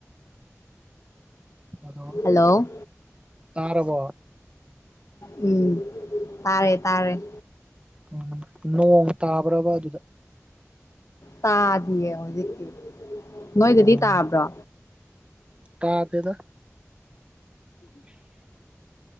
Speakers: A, on the right (about 20°); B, on the left (about 75°).
A: ꯍꯜꯂꯣ
B: ꯍꯜꯂꯣ
A: ꯇꯥꯔꯕꯣ
B: ꯎꯝ ꯇꯥꯔꯦ ꯇꯥꯔꯦ
A: ꯎꯝ ꯅꯣꯡ ꯇꯥꯕ꯭ꯔꯕ ꯑꯗꯨꯗ
B: ꯇꯥꯗꯤꯌꯦ ꯍꯧꯖꯤꯛꯇꯤ ꯅꯣꯏꯗꯗꯤ
A: ꯎꯝ
B: ꯇꯥꯕ꯭ꯔꯣ
A: ꯇꯥꯗꯦꯗ <inaudible>